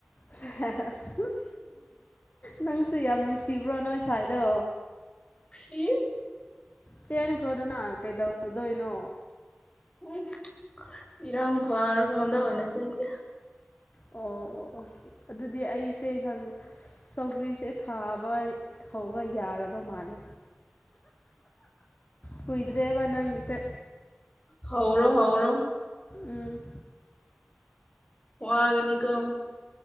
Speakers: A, on the left; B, on the left.
A: ꯁꯦꯁ ꯅꯪꯁꯨ ꯌꯥꯝ ꯅꯨꯡꯁꯤꯕ꯭ꯔꯣ ꯅꯣꯏ ꯁꯥꯏꯗꯣ
B: ꯄꯤ
A: ꯆꯦꯟꯈ꯭ꯔꯣꯗꯅ ꯀꯩꯗꯧꯗꯣꯏꯅꯣ
B: ꯎꯝ ꯏꯔꯥꯡ ꯐꯔꯉꯣꯟꯝꯗ ꯑꯣꯏꯅ ꯆꯦꯡꯒꯦ
A: ꯑꯣ ꯑꯣ ꯑꯣ ꯑꯣ ꯑꯗꯨꯗꯤ ꯑꯩꯁꯦ ꯍꯪ ꯁꯧꯒ꯭ꯔꯤꯁꯦ ꯊꯥꯕ ꯍꯧꯕ ꯌꯥꯔ ꯕ ꯃꯥꯂꯦ ꯀꯨꯣꯏꯗ꯭ꯔꯦꯕ ꯅꯪꯒꯤꯁꯦ
B: ꯍꯧꯔꯣ ꯍꯧꯔꯣ
A: ꯎꯝ
B: ꯋꯥꯒꯅꯤꯀꯣ